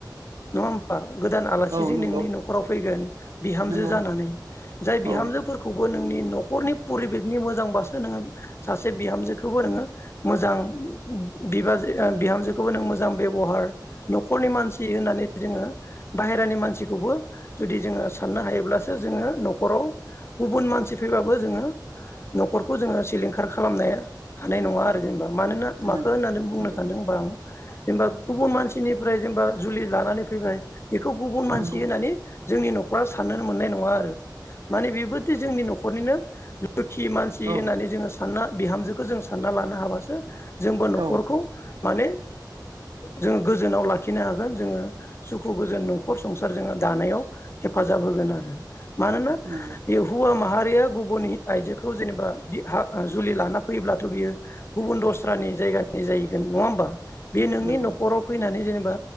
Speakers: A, on the left; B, on the right.
A: नङा होमबा? गोदान आलासिजों
B: औ नंगौ
A: नोंनि न'खराव फैगोन बिहामजो
B: नंगौ
A: जानानै जाय बिहामजोफोरखौबो
B: औ
A: नोंनि खरनि फरिबेकनि मोजां बासो नोङो सासे बिहामजोखौबो नोङो मोजां बिबाजै ओ बिहामजोखौबो नों मोजां बेब'हार न'खरनि मानसि होननानै जोङो बाहेरानि मानसिखौबो जुदि जोङो साननो हायोब्लासो जोङो न'खराव गुबुन मानसि फैबाबो जोङो न'खरखौ जोङो सिलिंखार खालामनाया हानाय नङा आरो जेनेबा। मानोना माखो
B: नंगौ
A: होननानै बुंनो सान्दोंबा आं जेनबा गुबुन मानसि निफ्राय जेनबा जुलि लानानै फैबाय बेखौ गुबुन मानसि
B: नंगौ
A: होनानै जोंनि न'ख बा साननोनो मोननाय नङा आरो माने बेबोदि जोंनि न'रनिनो दुखि मानसि
B: औ
A: होननानै जोङो सानना बिहामजोखो जों सानना लानो हाबासो जोंबो न'खरखौ
B: औ
A: माने जों गोजोनाव लाखिनो हागोन जोङो सुखु गोजोन न'खर संसार जोङो दानायाव हेफाजाब होगोन आरो मानोना
B: नंगौ
A: बे हुवा माहारिया गुबुननि आइजोखौ जेनेबा बिहा जुलि लाना फैयोब्लाथ' बियो गुबुन दस्रानि जायगानि जाहैगोन नङा होमबा? बे नोंनि
B: नंगौ
A: न'ख फैनानै जेनेबा